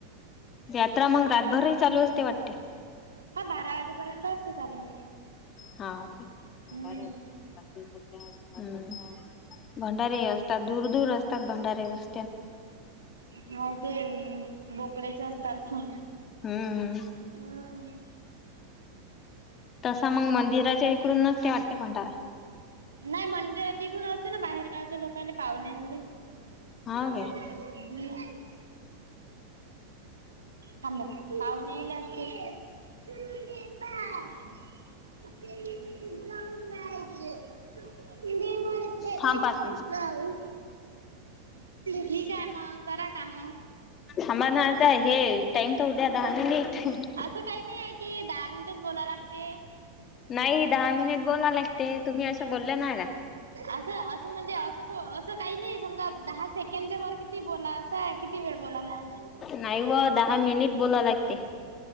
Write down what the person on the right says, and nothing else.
हा बारा वाजेपर्यंत असते चालू.
हम्म
हा ते बोकड्याचे असतात. <unintelligible>
हम्म
नाही मंदिराचे इकडून असते ना बाहेरगावच्या लोकांना पाहुन्यानले. <inaudible>
थांब. पाऊणेईले असते. <unintelligible> <unintelligible>
ठीक आहे मग करा काम.
असं काही नाही आहे की दहा मिनिटंच बोलायला लागतेयं.
असं असं म्हणजे असंतो असं काही नाही. समजा दहा सेकंडच्या वर किती बोला असं आहे. किती वेळ बोला मग.